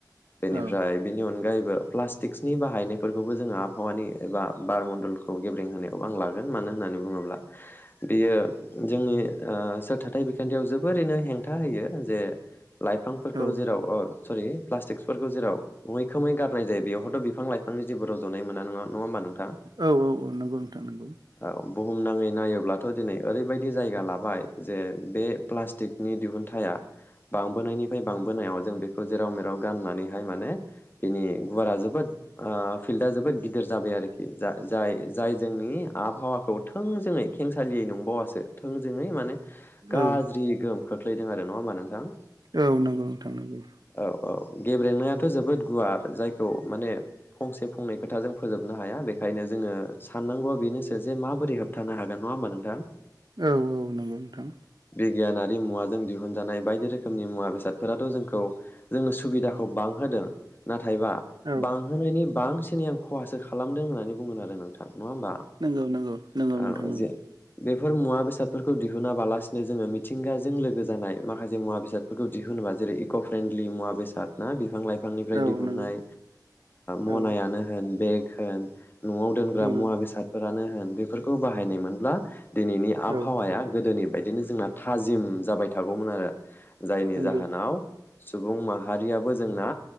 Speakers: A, on the left; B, on the right.
A: बेनिफ्राय
B: औ
A: बेनि अनगायै बो प्लास्टिक्सनि बाहायनायफोरखौबो जोङो आबहावानि एबा बार मडलखौ गेब्रें होनाया खौ आं लागोन मानो होननानै बुङोब्ला बेयो जोंनि सोरथाथाइ बिखान्थियाव जोबोरैनो हेंथा होयो जे लाइफांफोरखौ
B: औ
A: जेराव ओ सरि प्लास्टिकसफोरखौ जेराव मैखोमै गारनाय जायो बेवहायथ' बिफां लाफांनि जेबो रज'नाय मोना नङा नङा होनबा नोंथां
B: औ औ औ नंगौ नोंथां नंगौ
A: औ बुहुमनाङै नायोब्लाथ' दिनै ओरैबायदि जायगा लाबाय जे बे प्लास्टिकनि दिहुनथाइआ बांबोनायनिफ्राय बांबोनायाव जों बेखौ जेराव मेराव गारनानैहाय माने बिनि गुवारा जोबोद ओ फिल्दा जोबोद गिदिर जाबाय आरोखि जा जाय जाय जोंनि आबहावाखौ थोंजोङै खेंसालियै नंबावासो थोंजोङै माने गाज्रि
B: औ
A: गोहोम खोख्लैदों आरो नङा होमबा नोंथां?
B: औ नंगौ नोंथां नांगौ
A: औ औ गेब्रेंनायाथ' जोबोद गुवार जायखौ माने फंसे फंनै खोथाजों फोजोबनो हाया बेखायनो जोङो साननांगौआ बेनो जे माबोरै होबथानो हागोन नङा होमबा नोंथां?
B: औ औ नंगौ नोंथां
A: गियानारि मुवाजों दिहुनजानाय बायदि रोखोमनि मुवा बेसादफोराथ' जोंखौ जोंनो सुबिदाखौ बांहोदों नाथाय नाथायबा
B: औ
A: बांहोनायनि बांसिन आं खहासो खालामदों होननानै बुंगोन आरो नोंथां नङा होमबा?
B: नंगौ नंगौ नोंगौ नोंथां
A: औ
B: नोंगौ।
A: जे बेफोर मुवा बेसादफोरखौ दिहुनाबालासिनो जोङो मिथिंगाजों लोगो जानाय माखासे मुवा बेसादफोरखौ दिहुनोबा जेरै इक' फ्रेन्डलि मुवा बेसाद ना बिफां लाइफां बिफांनिफ्राय
B: औ
A: दिहुननाय
B: नंगौ
A: मनायानो
B: औ
A: होन बे होन न'आव दोनग्रा
B: नंगौ
A: मुवा बेसाद होन बेफोरखौ बाहायनाय मोनब्ला दिनैनि आबहावाया
B: औ
A: गोदोनि बायदिनो जोंना थाजिम जाबाय थागौमोन आरो जायनि
B: नंगौ
A: जाहोनाव सुबुं माहारियाबो जोंना